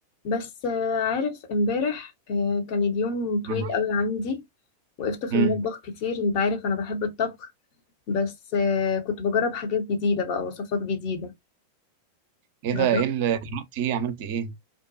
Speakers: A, on the left; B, on the right.
A: بس آه، عارف امبارح آه، كان اليوم طويل
B: مم.
A: قوي عندي وقفت في
B: مم.
A: المطبخ كتير انت عارف انا بحب الطبخ بس آه، كنت بجرب حاجات جديدة بقى وصفات جديدة
B: ايه
A: جربت
B: ده ايه اللي جربتي ايه عملتي ايه